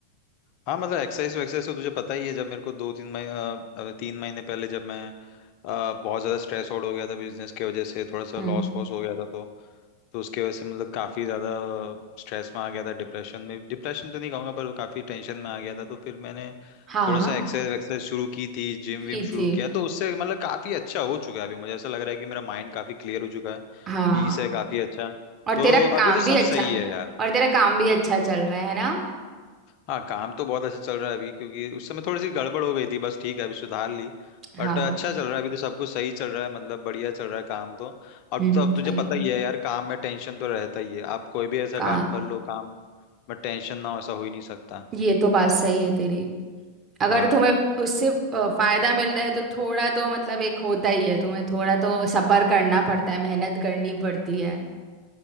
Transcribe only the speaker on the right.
हम्म
हाँ
की
थी
हाँ
और
तेरा
काम
भी अच्छा
और तेरा काम भी अच्छा चल रहा है ना
हाँ
हम्म
सही
है
का
ये तो बात सही है तेरी अगर
तुम्हें उससे अ, फायदा मिल रहा है तो थोड़ा तो मतलब एक होता ही है तुम्हें थोड़ा तो सब्र करना पड़ता है मेहनत करनी पड़ती है